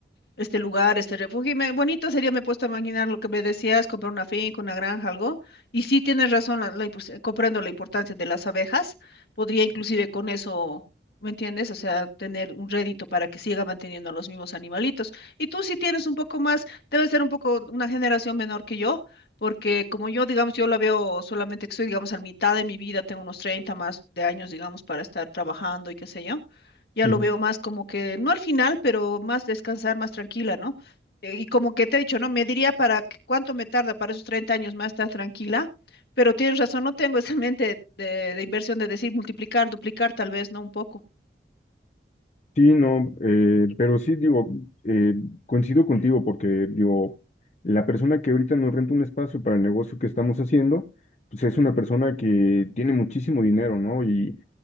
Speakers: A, on the left (about 65°); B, on the left (about 40°).
A: este lugar, este refugio. Y me- bonito sería, me he puesto a imaginar lo que me decías, comprar una finca, una granja, algo. Y sí tienes razón, la- la impos- eh, comprendo la importancia de las abejas. Podría inclusive con eso, ¿me entiendes? O sea, tener un rédito para que siga manteniendo a los mismos animalitos. Y tú sí tienes un poco más, debe ser un poco una generación menor que yo, porque como yo, digamos, yo la veo solamente que estoy, digamos, a la mitad de mi vida, tengo unos 30 más de años, digamos, para estar trabajando y qué sé yo ya
B: ujú.
A: lo veo más como que, no al final, pero más descansar, más tranquila, ¿no? Eh, Y como que te he dicho, ¿no? Me diría para qué- cuánto me tarda para esos 30 años más estar tranquila, pero tienes razón, no tengo esa <laughs> mente de, de inversión de decir multiplicar, duplicar tal vez, ¿no? Un poco.
B: Sí, no, eh, pero sí, digo, eh, coincido contigo porque, digo, la persona que ahorita nos renta un espacio para el negocio que estamos haciendo, pues es una persona que tiene muchísimo dinero, ¿no? Y,